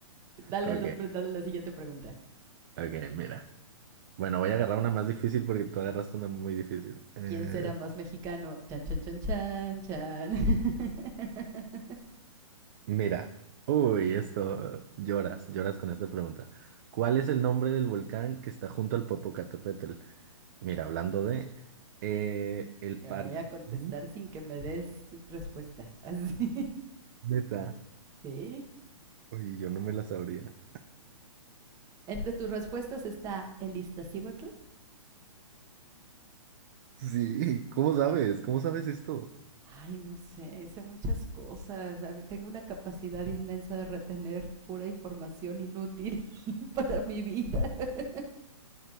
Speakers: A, on the right; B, on the right.
A: Dale,
B: Ok,
A: a la- dale a la siguiente pregunta.
B: ok, mira. Bueno, voy a agarrar una más difícil porque tú agarraste una muy difícil. Eh,
A: ¿Quién será más mexicano? Chan, chan, chan, chan, chan. <laughs>
B: mira. Uy, esto, lloras, lloras con esta pregunta. ¿Cuál es el nombre del volcán que está junto al Popocatépetl? Mira, hablando de eh, el
A: Te
B: Paricupí,
A: la voy a contestar sin que me des respuesta. Así.
B: neta.
A: <laughs> ¿Sí?
B: Oye, yo no me la sabría.
A: Entre tus respuestas está el Iztaccíhuatl.
B: Sí, ¿cómo sabes? ¿Cómo sabes esto?
A: Ay, no sé, sé muchas cosas. Ah, Tengo una capacidad inmensa de retener pura información inútil <laughs> para mi vida. <laughs>